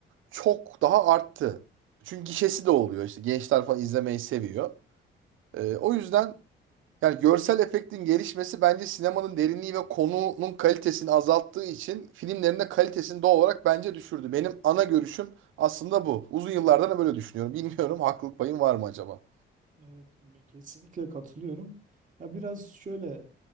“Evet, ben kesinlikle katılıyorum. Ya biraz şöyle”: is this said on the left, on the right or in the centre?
Right